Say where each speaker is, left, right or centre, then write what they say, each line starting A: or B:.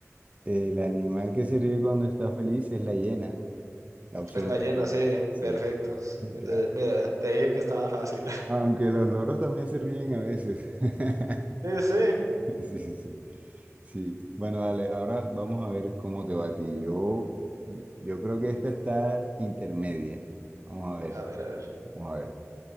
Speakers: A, on the right; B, on the right.
A: El animal que se ríe cuando está feliz es la hiena, la opción
B: Es la
A: B.
B: hiena, sí,
A: Sí,
B: perfecto.
A: <laughs> claro.
B: Eh, mira, te dije que estaba fácil. <laughs>
A: Aunque los loros también se ríen a veces. <laughs>
B: Sí, sí.
A: Sí, sí, sí. Sí. Bueno, dale, ahora vamos a ver cómo te va a ti. Yo, yo creo que esta está intermedia. Vamos a ver,
B: A ver, a ver.
A: vamos a ver.